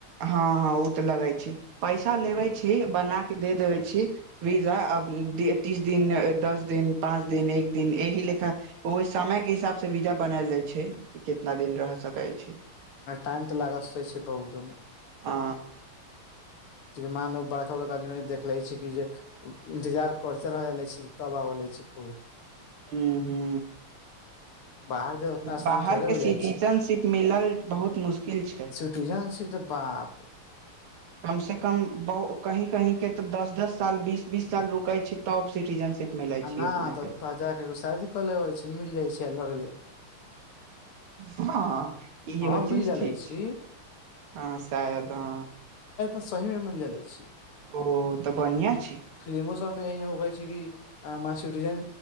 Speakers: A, on the right; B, on the left.
A: हँ ओ तऽ लगे छै पैसा लेबे छी बना के दे देबे छी। वीजा अब तीस दिन दस दिन पाँच दिन एक दिन अहि लेखा ओ समय के हिसाब से वीजा बनाल जाई छै कि कितना दिन रह सकैत छै।
B: टाइम तऽ लागत छै बहुत।
A: आ।
B: मानल बड़का बड़का आदमी देख ले छै कि जे। इन्तजार करते रहे छी तब आब ले छी खूब।
A: हू
B: बाहर जे उतना आसान
A: बाहर
B: थोड़े
A: के
B: हो जाइ
A: सिटिजनशिप
B: छी
A: मिलऽ बहुत मुश्किल छै।
B: सिटिजनशिप ते बाप।
A: कम से कम कही कही के तऽ दस दस साल बीस बीस साल रुकै छै तब सिटीजनशिप। मिलै
B: आ
A: छी
B: नहि
A: अपने
B: तऽ
A: के
B: तोहरा जा केऽगो शादी कऽ ले अबै छी मिल जाइ छी आ लगले।
A: ह इहो
B: हँ मिल
A: चीज
B: जलै
A: ठीक
B: छी
A: छै हँ शायद हँ।
B: सहीमे मिल जे छै।
A: ओ तऽ बढिया छै।
B: फिल्मो सभ मे यह हो छै कि सिटिजन